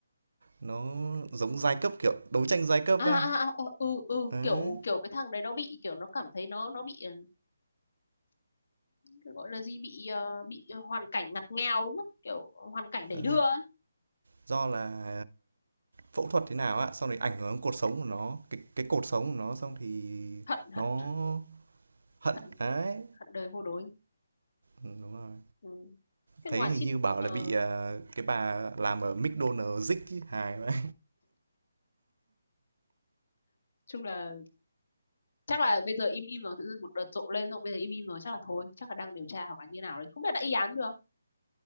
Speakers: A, on the right; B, on the left.
A: nó giống giai cấp, kiểu, đấu tranh giai cấp
B: à
A: ấy
B: à, à, à ờ, ừ ừ
A: Đấy,
B: kiểu kiểu cái thằng đấy nó bị kiểu nó cảm thấy nó nó bị ờ, Cái gọi là gì bị ờ, bị ờ, hoàn cảnh ngặt nghèo đúng không kiểu hoàn cảnh đẩy
A: ờ,
B: đưa ấy.
A: do là phẫu thuật thế nào á, xong rồi ảnh hưởng đến cột sống của nó, cái cái cột sống của nó xong thì
B: hận hận
A: nó hận,
B: hận
A: đấy.
B: hận đời vô đối
A: Ừm, đúng rồi.
B: ừ. thế
A: Thấy
B: ngoài
A: hình
B: shit
A: như bảo
B: ờ,
A: là bị, ờ, cái bà làm ở McDonald's rích ấy, hài vậy.
B: chung là chắc là bây giờ im im rồi tự dưng một đợt rộ lên xong bây giờ im im rồi chắc là thôi chắc là đang điều tra hoặc là như nào đấy không biết đã y án chưa